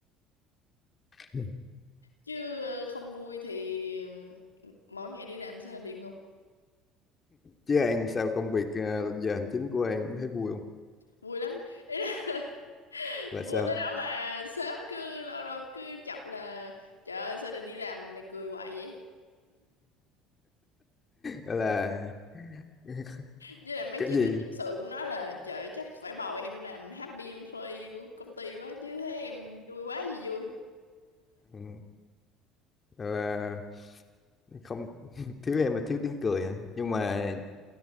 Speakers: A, on the left (about 30°); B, on the left (about 80°).
A: Ừ.
B: chứ ờ, không vui thì mỗi ngày đi làm sẽ là địa ngục
A: chứ An sao công việc à, giờ hành chính của An thấy vui không
B: vui lắm ý là <laughs>
A: là
B: vui
A: sao
B: tới đó mà sếp cứ lâu lâu cứ chọc là trời ơi sao lại đi làm mày cười hoài vậy
A: gọi là <laughs>
B: với lại mấy
A: cái
B: chị
A: gì
B: bên nhân sự cũng nói là trời ơi, chắc phải bầu em làm happy employee của công ty quá chứ thấy em vui quá gì vui
A: Ừ, gọi là không <laughs> thiếu em là thiếu tiếng cười hả? nhưng mà